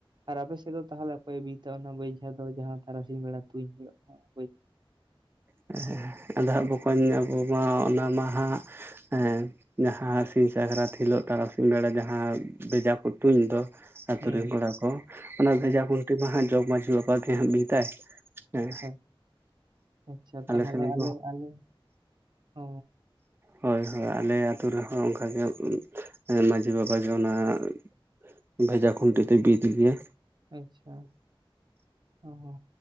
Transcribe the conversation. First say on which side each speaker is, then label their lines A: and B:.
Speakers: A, on the right (about 55°); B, on the right (about 25°).
A: ᱟᱨ ᱟᱯᱮ ᱥᱮᱫ ᱫᱚ ᱛᱟᱦᱚᱞᱮ ᱚᱠᱚᱭ-ᱮ ᱵᱤᱛᱟ ᱚᱱᱟ ᱵᱮᱭᱡᱷᱟ ᱫᱚ ᱡᱟᱦᱟᱸ ᱛᱟᱨᱟ ᱥᱤᱧ ᱵᱮᱲᱟ ᱛᱩᱧ ᱦᱩᱭᱩᱜᱼᱟ ᱦᱳᱭ᱾
B: <unintelligible> ᱟᱫᱚ ᱦᱟᱸᱜ ᱵᱚᱠᱚᱧ ᱟᱵᱩ ᱢᱟ ᱚᱱᱟ ᱢᱟ ᱦᱟᱸᱜ, ᱦᱮᱸ ᱡᱟᱦᱟᱸ ᱥᱤᱧ ᱥᱟᱠᱨᱟᱛ ᱦᱤᱞᱳᱜ ᱛᱟᱨᱟᱥᱤᱧ ᱵᱮᱲᱟ ᱡᱟᱦᱟᱸ ᱵᱮᱡᱟ ᱠᱚ ᱛᱩᱧ ᱫᱚ, ᱟᱹᱛᱩ
A: ᱦᱩᱸ
B: ᱨᱮᱱ ᱠᱚᱲᱟ ᱠᱚ ᱚᱱᱟ
A: ᱦᱩᱸ
B: ᱵᱷᱮᱡᱟ ᱠᱷᱩᱱᱴᱤ ᱢᱟ ᱦᱟᱸᱜ ᱡᱚᱜᱽ ᱢᱟᱹᱡᱷᱤ ᱵᱟᱵᱟ ᱜᱮ ᱦᱟᱜ ᱵᱤᱫᱟᱭ᱾ ᱦᱮᱸ
A: ᱟᱪᱪᱷᱟ ᱟᱪᱪᱷᱟ ᱛᱟᱦᱟᱞᱮ
B: ᱥᱮᱱ ᱦᱚᱸ
A: ᱟᱞᱮ ᱟᱞᱮ ᱚ,
B: ᱚ ᱦᱳᱭ ᱦᱳᱭ ᱟᱞᱮ ᱟᱛᱩ ᱨᱮᱦᱚᱸ ᱚᱱᱠᱟᱜᱮ ᱮ ᱢᱟᱺᱡᱷᱤ ᱵᱟᱵᱟ, ᱵᱟᱡᱷᱚᱱᱟᱜ ᱵᱷᱮᱡᱟ ᱠᱷᱩᱱᱴᱤ ᱫᱚᱭ ᱵᱤᱫ ᱜᱮᱭᱟ᱾
A: ᱟᱪᱪᱷᱟ ᱚ ᱦᱚ,